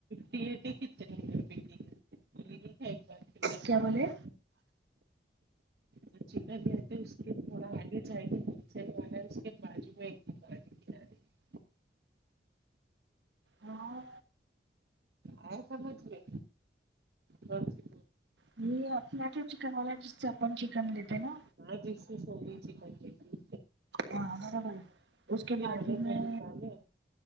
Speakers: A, on the right; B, on the right.
A: ففٹی کتنے ہیںڈگنگ ایک بار <unintelligible>
B: کیا بولے
A: جو چکن لیتے اس کے تھوڑا آگے چاہیے ہولے سیل والا ہے اس کے بجو میں دکان ہے کرانے کی
B: وہاں
A: آیا سمجھ میں کونسی
B: یہ اپنا تو چکن والا جس سے اپن چکن لیتے نا
A: ہوں، ہاں جس سے سونی چکن لیتی ہے
B: ہاں برابر اس کے
A: کرانے
B: باجو
A: کا
B: میں
A: دکان ہے